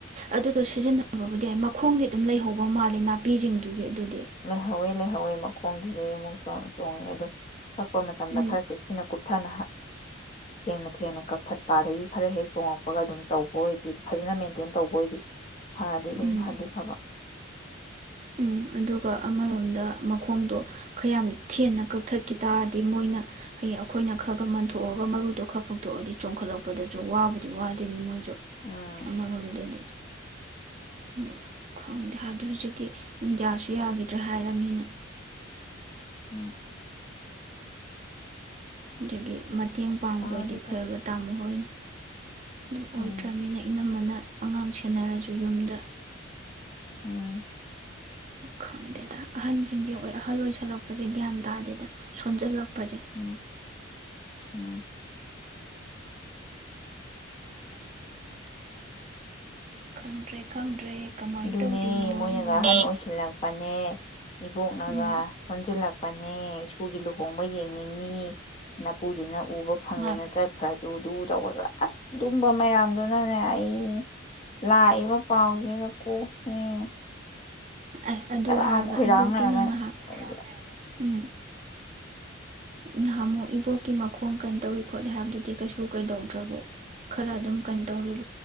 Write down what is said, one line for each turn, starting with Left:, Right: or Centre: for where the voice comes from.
Right: ꯑꯗꯨꯗꯣ ꯁꯤꯖꯤꯟꯅꯕꯕꯨꯗꯤ ꯌꯥꯏ ꯃꯈꯣꯡꯗꯤ ꯑꯗꯨꯝ ꯂꯩꯍꯧꯕ ꯃꯥꯜꯂꯦ ꯅꯥꯄꯤꯁꯤꯡꯗꯨꯒꯤ ꯑꯗꯨꯗꯤ
Left: ꯂꯩꯍꯧꯋꯤ ꯂꯩꯍꯧꯋꯤ ꯃꯈꯣꯡꯗꯨꯗꯩ ꯑꯃꯨꯛ ꯆꯣꯡꯉꯦ ꯑꯗꯣ ꯀꯛꯄ ꯃꯇꯝꯗ
Right: ꯎꯝ
Left: ꯈꯔ ꯆꯦꯛꯁꯤꯟꯅ ꯀꯨꯞꯊꯅ ꯊꯦꯡꯅ ꯊꯦꯡꯅ ꯀꯛꯊꯠꯄ ꯑꯗꯒꯤ ꯈꯔ ꯍꯦꯛ ꯆꯣꯡꯉꯛꯄꯒ ꯑꯗꯨꯝ ꯇꯧꯕ ꯑꯣꯏꯗꯤ ꯐꯖꯅ ꯃꯦꯟꯇꯦꯟ ꯇꯧꯕ ꯑꯣꯏꯗꯤ ꯐꯗꯤ ꯑꯗꯨꯝ
Right: ꯎꯝ
Left: ꯐꯗꯤ ꯐꯕ
Right: ꯎꯝ ꯑꯗꯨꯒ ꯑꯃꯔꯣꯝꯗ ꯃꯈꯣꯡꯗꯣ ꯈꯌꯥꯝ ꯊꯦꯟꯅ ꯀꯛꯊꯠꯈꯤ ꯇꯥꯔꯗꯤ ꯃꯣꯏꯅ ꯍꯌꯦꯡ ꯑꯩꯈꯣꯏꯅ ꯈꯔ ꯈ ꯃꯟꯊꯣꯛꯑꯒ ꯃꯔꯨꯗꯣ ꯈꯔ ꯐꯨꯛꯇꯣꯛꯑꯗꯤ ꯆꯣꯡꯈꯠꯂꯛꯄꯗꯁꯨ ꯋꯥꯕꯨꯗꯤ ꯋꯥꯗꯦꯅꯤ ꯃꯣꯏ
Left: ꯎꯝ
Right: ꯑꯃꯔꯣꯝꯗꯗꯤ <unintelligible> ꯍꯥꯗꯤ ꯍꯧꯖꯤ ꯌꯥꯁꯨ ꯌꯥꯈꯤꯗ꯭ꯔꯦ ꯍꯥꯏꯔꯝꯃꯤꯅ
Left: ꯎꯝ
Right: ꯑꯗꯒꯤ ꯃꯇꯦꯡ ꯄꯥꯡꯕ
Left: ꯀꯥꯒꯤꯕ
Right: ꯑꯣꯏꯗꯤ ꯐꯕ ꯇꯥꯃꯣ ꯍꯣꯏꯅ ꯑꯗꯨ ꯑꯣꯏꯗ꯭ꯔꯅꯤꯅ
Left: ꯎꯝ
Right: ꯏꯅꯝꯝꯕꯅ ꯑꯉꯥꯡ ꯁꯦꯟꯅꯔꯁꯨ ꯌꯨꯝꯗ
Left: ꯎꯝ
Right: ꯈꯪꯗꯦꯗ ꯑꯍꯟꯁꯤꯡꯒꯤ ꯑꯣꯏ ꯑꯍꯜ ꯑꯣꯏꯁꯜꯂꯛꯄꯁꯦ ꯒ꯭ꯌꯥꯟ ꯇꯥꯗꯦꯗ ꯁꯣꯟꯖꯜꯂꯛꯄꯁꯦ
Left: ꯎꯝ ꯎꯝ
Right: ꯑꯁ ꯈꯪꯗ꯭ꯔꯦ ꯈꯪꯗ꯭ꯔꯦ ꯀꯃꯥꯏꯅ
Left: ꯑꯗꯨꯅꯦ
Right: ꯇꯧꯗꯣꯏꯅꯣ
Left: ꯃꯣꯏꯅꯒ
Right: ꯃꯣꯏꯅ
Left: ꯑꯍꯟ ꯑꯣꯏꯁꯤꯜꯂꯛꯄꯅꯦ ꯏꯕꯣꯛꯅꯒ
Right: ꯎꯝ
Left: ꯁꯣꯟꯁꯤꯜꯂꯛꯄꯅꯦ ꯅꯦ ꯏꯁꯣꯔꯒꯤ ꯂꯨꯍꯣꯡꯕ ꯌꯦꯡꯅꯤꯡꯉꯤ ꯅꯅꯥꯄꯨꯗꯨꯅ ꯎꯕ ꯐꯪꯗꯅ
Right: ꯉꯥꯏ
Left: ꯆꯠꯈ꯭ꯔꯁꯨꯨꯗꯨ ꯇꯧꯒꯗ꯭ꯔ ꯑꯁ ꯑꯗꯨꯨꯝꯕ ꯃꯌꯥꯝꯗꯨꯅꯅꯦ ꯑꯩ ꯂꯥꯛꯏꯕ ꯄꯥꯎꯁꯤꯒ ꯑꯣ ꯁꯤꯅꯦ
Right: ꯑꯦ ꯑꯗꯨ
Left: ꯉꯔꯥꯡ
Right: ꯍꯥꯏꯔꯒ
Left: ꯈꯣꯏꯔꯥꯡꯅꯔꯒ
Right: ꯏꯕꯣꯛꯇꯤ ꯅꯪ ꯅꯍꯥꯛ
Left: ꯑꯗꯨꯝꯖ
Right: ꯎꯝ ꯅꯍꯥ ꯑꯃꯨꯛ ꯏꯕꯣꯛꯀꯤ ꯃꯈꯣꯡ ꯀꯩꯅꯣ ꯇꯧꯏ ꯈꯣꯠꯂꯤ ꯍꯥꯏꯕꯗꯨꯗꯤ ꯀꯩꯁꯨ ꯀꯩꯗꯧꯗ꯭ꯔꯕꯣ ꯈꯔ ꯑꯗꯨꯝ ꯀꯩꯅꯣ ꯇꯧꯔꯤꯕ